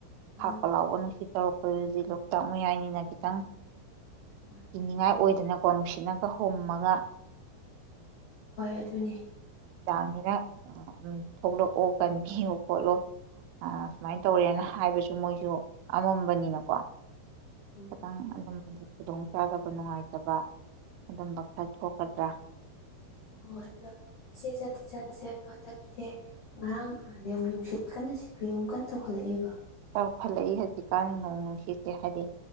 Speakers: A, on the left (about 80°); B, on the right (about 85°).
A: ꯎꯝ
B: ꯈꯥꯛꯄ ꯂꯥꯎꯕ ꯅꯨꯡꯁꯤꯠ ꯇꯧꯔꯛꯄ ꯑꯩꯈꯣꯏꯗꯤ ꯂꯣꯛꯇꯥꯛ ꯃꯌꯥꯏꯅꯤꯅ ꯈꯤꯇꯪ
A: ꯃꯥꯅꯤ
B: ꯀꯤꯡꯅꯤꯡꯉꯥꯏ ꯑꯣꯏꯗꯅ ꯐꯣ ꯅꯨꯡꯁꯤꯠꯅꯒ ꯍꯨꯝꯃꯒ
A: ꯍꯣꯏ ꯑꯗꯨꯅꯤ
B: ꯅꯤꯅ ꯊꯣꯛꯂꯛꯑꯣ ꯀꯟꯕꯤꯌꯣ ꯈꯣꯠꯂꯣ ꯁꯨꯃꯥꯏꯅ ꯇꯧꯔꯦꯅ ꯍꯥꯏꯕꯁꯨ ꯃꯣꯏꯁꯨ ꯑꯃꯝꯕꯅꯤꯅꯀꯣ
A: ꯃꯥꯅꯤ
B: ꯈꯇꯪ ꯑꯗꯨꯃꯗꯤ ꯈꯨꯗꯣꯡ ꯆꯥꯗꯕ ꯅꯨꯡꯉꯥꯏꯇꯕ ꯑꯗꯨꯝꯕ ꯈꯔ ꯊꯣꯛꯀꯗ꯭ꯔꯥ
A: ꯍꯣꯏ ꯍꯣꯏ ꯑꯗꯣ ꯏꯆꯦ ꯆꯠꯇꯤ ꯆꯠꯂꯁꯦ ꯑꯗꯣ ꯍꯟꯗꯛꯁꯦ ꯉꯔꯥꯡ ꯅꯍꯥꯟꯗ ꯑꯃꯨꯛ ꯅꯨꯡꯁꯤꯠ ꯀꯟꯅ ꯁꯤꯠꯄ ꯑꯃꯨꯛ ꯀꯟꯅ ꯇꯧꯈꯠꯂꯛꯏꯕ
B: ꯆꯥꯎꯈꯠꯂꯛꯏ ꯍꯧꯖꯤꯛꯀꯥꯟꯒꯤ ꯅꯣꯡ ꯅꯨꯡꯁꯤꯠꯁꯦ ꯍꯥꯏꯗꯤ